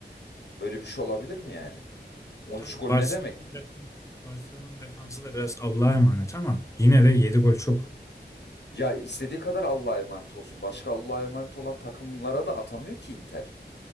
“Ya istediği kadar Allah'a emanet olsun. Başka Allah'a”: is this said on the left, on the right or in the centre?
Left